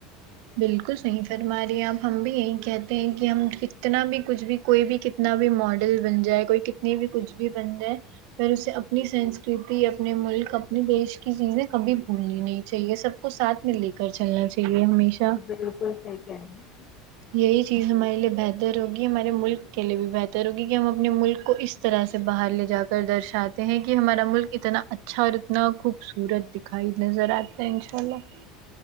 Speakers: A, on the right; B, on the left.
A: بالکل صحیح فرما رہی ہے آب ہم بھی یہی کہتے ہیں کی ہم کتنا بھی کچھ بھی کوئی بھی کتنا بھی ماڈل بن جائے کوئی کتنی بھی کچھ بھی بن جائے پر اسے اپنی سنسکرتی اپنے ملک اپنی دیش کی چیزیں کبھی بھولنی نہیں چاہیے سب کو ساتھ میں لے کر چلنا چاہیے ہمیشہ
B: بالکل صحیح کہہ رہی ہے
A: یہی چیز ہمارے لیے بہتر ہوگی ہمارے ملک کے لیے بھی بہتر تر ہوگی کی ہم اپنے ملک کو اس طرح سے باہر لے جا کر درشاتے ہیں کی ہمارا ملک اتنا اچھا اچھا اتنا خوبصورت دکھائی نظر آتا ہے ان شاء اللہ